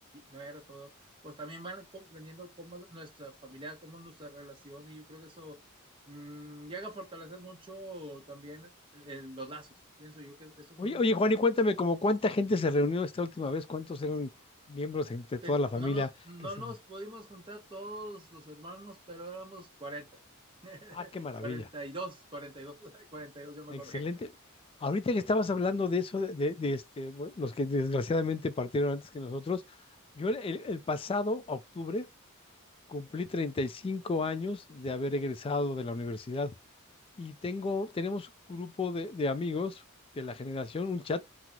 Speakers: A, on the right (about 25°); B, on the left (about 25°).
A: no eras todo. Pues también van comprendiendo cómo es nuestra familia, cómo es nuestra relación, y yo creo que eso mm, llega a fortalecer mucho también el- el- los lazos. Pienso yo que eso
B: Oye,
A: es muy importante.
B: oye, Juan, y cuéntame, ¿como cuánta gente se reunió esta última vez? ¿Cuántos eran miembros entre toda
A: ten-
B: la familia
A: no nos, no
B: que se
A: nos
B: reunió?
A: pudimos juntar todos los hermanos, pero éramos cuarenta <laughs>
B: Ah, qué maravilla.
A: cuarenta cuarenta y y dos cuarenta y dos <laughs> 42 ya me
B: Excelente.
A: acordé.
B: Ahorita que estabas hablando de eso, de, de- de, este, bueno, los que desgraciadamente partieron antes que nosotros, yo el, el- el pasado octubre cumplí 35 años de haber egresado de la universidad y tengo, tenemos un grupo de, de amigos de la generación, un chat